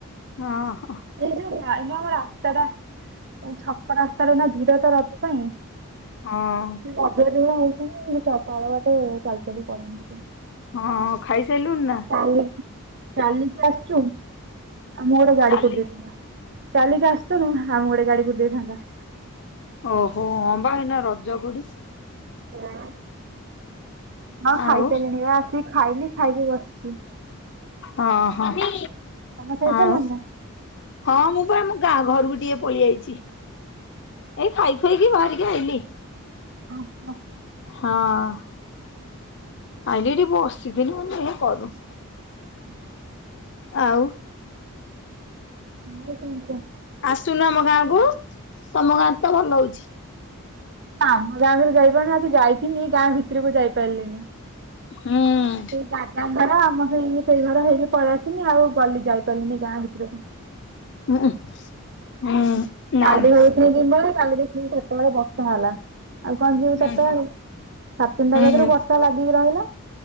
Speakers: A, on the left; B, on the right.
A: ହଁ ହ ଅଃ
B: ଏଇ ଯୋଉ ଫାରମ ଆମର ରାସ୍ତା ଟା ଏ ଛକ ରାସ୍ତାରେ ନା ଭିଡ଼ ତ ରାତି ପାଇଁ।
A: ହଁ।
B: ସେ ପାଗିଳି ଭଳିଆ ହଉଛନ୍ତି ମୁଁ ଚକାଳ ବାଟେ ଚାଲି ଚାଲି ପଳେଇନି ସେଇଥିପାଇଁ।
A: ହଁ ଖାଇସାଲୁଣି ନା?
B: <unintelligible> ଚାଲିକି ଆସିଛୁ ଆ ମୁଁ ଗୋଟେ ଗାଡ଼ି
A: ଚାଲି
B: କରିଦେଇଥିନେ ଚାଲିକି ଆସୁଛୁ ହଁ ଆମକୁ ଗୋଟେ ଗାଡ଼ି କୁଟି ଦେଇଥାନ୍ତା।
A: ଓହୋ ହମ୍ବା ଏଇନା ରଜ ପଡ଼ି
B: <unintelligible> ହଁ
A: ଆଉ
B: ଖାଇସାରିଲିଣି ଏଆ ଆସିକି ଖାଇଲି ଖାଇକି ବସିଚି।
A: ହଁ ହଁ
B: ତମେ ଖାଇସାରିଲଣି
A: ଆଉ।
B: ନା?
A: ହଁ ମୁଁ ପା ଆମ ଗାଁ ଘରକୁ ଟିକେ ପଳିଆଚି ଏଇ ଖାଇ ଖୁଆ କି ବାହାରି ଏ ଆଇଲି।
B: ଓ ହୋ।
A: ହଁ। ଆଇଁଲି ଏଠି ବସିଥିଲି ମୁଁ କଇନି ଦେ କରୁ।
B: ହୁଁ ହୁଁ।
A: ଆଉ।
B: ଆଉ କଣ କ।
A: ଆସୁନୁ ଆମ ଗାଁ କୁ ତମ ଗାଁରେ ତ ଭଲ ହଉଚି।
B: ଆମ ଗାଁ କୁ ତ ଯାଇପାରୁନି ଆଜି ଯାଇଥିନି ଗାଁ ଭିତରକୁ ଯାଇପାରିଲିନି।
A: ହୁଁ।
B: ସେ ଦାଦାଙ୍କର ଆମ ହେଇ ସେଇ ଘର ହେଇକି ପଳେଆସିନି ଆଉ ଗଲି ଯାଇପାରିଲିନି ଗାଁ ଭିତରକୁ।
A: ଉହୁ ହୁଁ। ନା
B: କାଲି
A: ନା
B: ଭାବିଥିଲି ଜିମିବୋଲି କାଲି ଦେଖିଲି ସେତେବେଳେ ବର୍ଷା ହେଲା ଆଉ କଣ ଯିବୁ ଚାଟା
A: ହୁଁ
B: ବେଳେ ସାଢ଼େ ତିନିଟା କତୁରୁ
A: ହୁଁ
B: ବର୍ଷା ଲାଗିକି ରହିଲା